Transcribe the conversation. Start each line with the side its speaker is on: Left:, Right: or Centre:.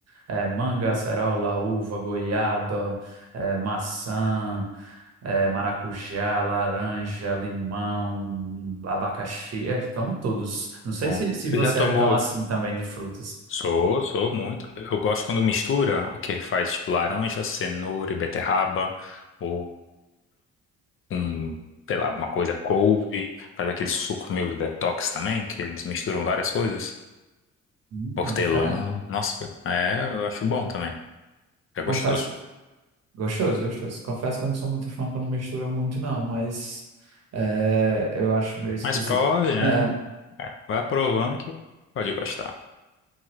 Right: é, manga, acerola, uva, goiaba, é, maçã, é, maracujá, laranja, limão, abacaxi. É, tomo todos. Não sei
Left: Bom.
Right: se, se
Left: Você
Right: você
Left: já tomou?
Right: é tão assim também de frutas.
Left: Sou, sou muito. Eu gosto quando mistura, que faz tipo laranja, cenoura e beterraba, ou um, sei lá, alguma coisa, couve, faz aquele suco meio detox também, que eles misturam várias coisas.
Right: Hum,
Left: Hortelã,
Right: é diferente.
Left: nossa, é, eu acho bom também. É gostoso.
Right: Confesso que... Gostoso, gostoso. Confesso que eu não sou muito fã quando misturam muito, não, mas é, eu acho meio esquisito.
Left: Mas prove, né?
Right: <laughs>
Left: É, vai provando que pode gostar.